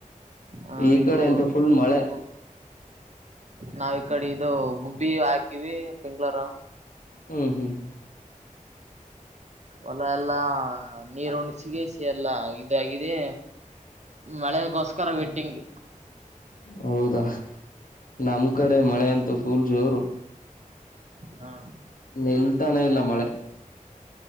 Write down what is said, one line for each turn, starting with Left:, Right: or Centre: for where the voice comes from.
Right: ಹ
Left: ಈ
Right: ಇವು
Left: ಕಡೆ ಅಂತೂ ಫುಲ್ ಮಳೆ
Right: ಗ್ ನಾವ ಈ ಕಡೆ ಇದು ಗುಬ್ಬಿ ಹಾಕಿವಿ ಪೆಂಗ್ಳಾರ.
Left: ಹ್ಮ್ ಹ್ಮ್
Right: ಒಲ ಎಲ್ಲಾ ನೀರ್ ಉಣ್ಣಿಸ್. ಸಿಗಸ ಎಲ್ಲ ಇದಾಗಿದೆ. ಮಳೆಗೋಸ್ಕರ ವೆಟ್ಟಿಂಗ್.
Left: ಹೌದಾ ನಮ್ ಕಡೆ
Right: ಹ್ಮ್
Left: ಮಳೆ ಅಂತೂ ಫುಲ್ ಜೋರು.
Right: ಹಾ
Left: ನಿಲ್ತಾನ ಇಲ್ಲ. ಮಳೆ